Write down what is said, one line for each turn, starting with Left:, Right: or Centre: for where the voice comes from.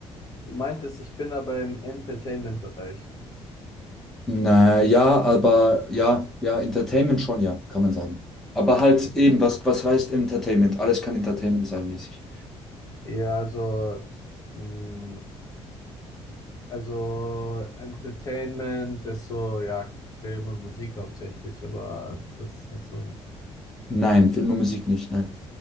Left: du meintest, ich bin aber im Entertainment-Bereich.
Centre: Naja, aber ja, ja, Entertainment schon, ja, kann man sagen. Aber halt eben, was, was heißt Entertainment? Alles kann Entertainment sein mäßig.
Left: Ja, also, mh, also Entertainment ist so, ja, Film und Musik hauptsächlich, aber das sind so,
Centre: Nein, Film und Musik nicht, nein.